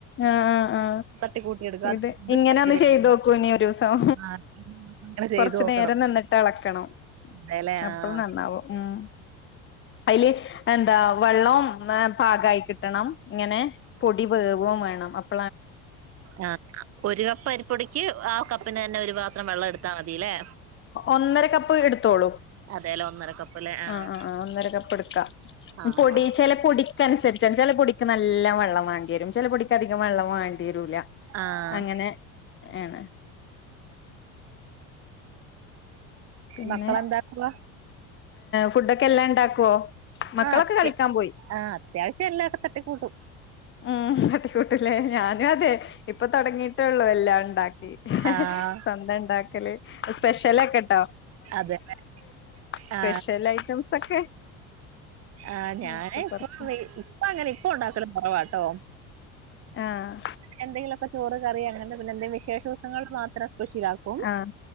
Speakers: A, on the left; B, on the right.
A: ആ ആ ആ
B: തട്ടിക്കൂട്ടി എടുക്കാം
A: ഇത്
B: അത് ഇതുണ്ടാ
A: ഇങ്ങനെ ഒന്ന്
B: ശരിയാ.
A: ചെയ്ത് നോക്കൂ ഇനി ഒരൂസം
B: ആ, അങ്ങനെ ചെയ്ത്
A: കൊറച്ചു
B: നോക്കണം
A: നേരം നിന്നിട്ട് എള കണം
B: അതെല്ലേ
A: അപ്പോനന്നാവും.
B: ആഹ്
A: ഉം അയില് എന്താ വെള്ളം പാകായി കിട്ടണം. ഇങ്ങനെ പൊടിവേവുകയും വേ <unintelligible>
B: ആ ഒരു കപ്പ് അരിപ്പൊടിക്ക് ആ കപ്പിന് തന്നെ ഒരു പാത്രം വെള്ളം എടുത്താ മതിയല്ലേ?
A: ഒന്നര കപ്പ് എടുത്തോളൂ.
B: അതേലെ ഒന്നര കപ്പ്ല്ലേ ആഹ്
A: ആ ആ ഒന്നര കപ്പ് എടുക്ക
B: ആഹ്
A: പൊടി ചില പൊടിക്കനുസരിച്ച് ചില പൊടിക്ക് നല്ല വെള്ളം വേണ്ടി വരും. ചില പൊടിക്ക് അധികം വെള്ളം വേണ്ടി ല്ല.
B: ആഹ്
A: അങ്ങനെ ആണ് പിന്നെ
B: മക്കളെന്താക്കുവാ
A: ഫുഡ് ഒക്കെ എല്ലാം ഉണ്ടാക്കുവോ? മക്കളൊക്കെ
B: ആഹ് അത്യ
A: കളിക്കാൻ പോയി.
B: ആഹ് അത്യാവശ്യം എല്ലാക്കെ തട്ടിക്കൂട്ടും
A: ഉം. തട്ടിക്കൂട്ടില്ലേ ഞാനും അതെ ഇപ്പൊ തുടങ്ങിട്ടുള്ളൂ. എല്ലാംഉണ്ടാക്ക
B: ആഹ്
A: സ്വന്തം ഉണ്ടാക്കല്. സ്പെഷ്യലെക്കെണ്ടാ?
B: അത് തന്നെ
A: സ്പെഷ്യൽ
B: ആ
A: ഐറ്റംസ് ഒക്കെ
B: ആ ഞാന്
A: ഇപ്പൊ
B: ഇപ്പ
A: കൊറച്ച്
B: ഇപ്പ അങ്ങനെ ഇപ്പൊ ഉണ്ടാക്കല് കുറവാട്ടോ.
A: ആഹ്
B: എന്തങ്കിലു ചോറ്, കറി, അങ്ങനെപിന്നെ എ വിശേഷ ദിവസങ്ങൾ മാത്രം സ്പെഷ്യലാക്കും.
A: ആഹ്